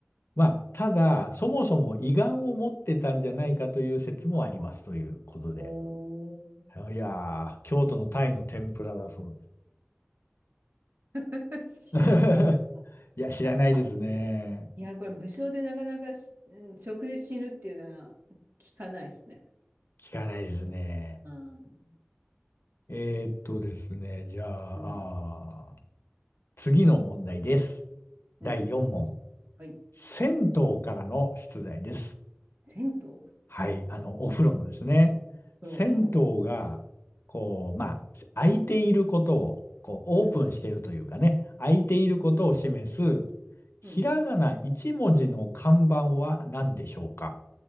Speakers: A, on the left; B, on the right.
A: まあ、ただ、そもそも胃がんを持ってたんじゃないかという説もありますということで。
B: ほうほうお
A: いやー、京都のタイの天ぷらだそう
B: ー <laughs> 知らなか
A: です。<laughs> いや、
B: った。
A: 知らないですね。
B: いや、これ無償でなかなかし食で死ぬっていうのは聞かないですね。
A: 聞かないですね。
B: うん。
A: えーっとですね、じゃあ、
B: うん。
A: あー次の問題です。
B: うん。
A: 第4問。
B: はい。
A: 銭湯からの出題です。
B: 銭湯風
A: はい。あの、お風呂のですね。
B: 呂。
A: 銭湯が、
B: うん。
A: こう、まあ、空いていることを、こう、
B: うん。
A: オープンしているというかね、空いていることを示す、ひらがな1文字の看板は何でしょうか
B: うん。